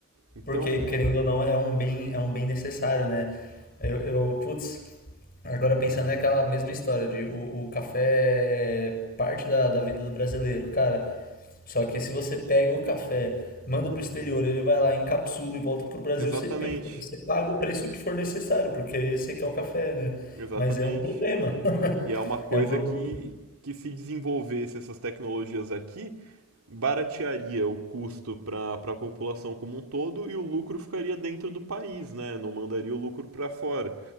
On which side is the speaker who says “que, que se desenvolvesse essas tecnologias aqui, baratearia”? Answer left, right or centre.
Right